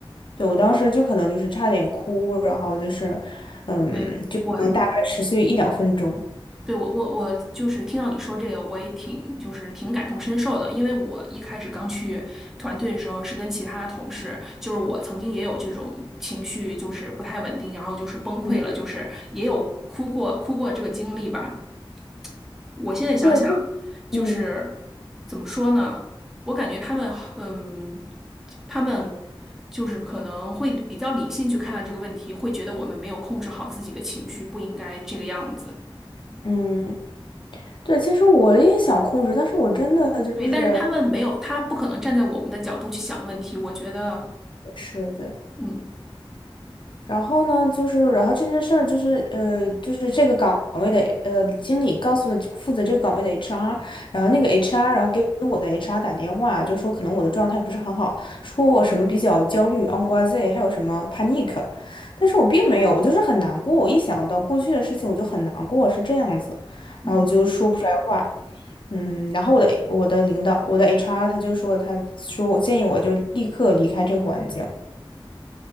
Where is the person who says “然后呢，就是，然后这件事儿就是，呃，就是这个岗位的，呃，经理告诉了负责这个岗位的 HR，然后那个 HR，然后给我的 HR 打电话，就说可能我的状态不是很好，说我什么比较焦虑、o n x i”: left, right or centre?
Left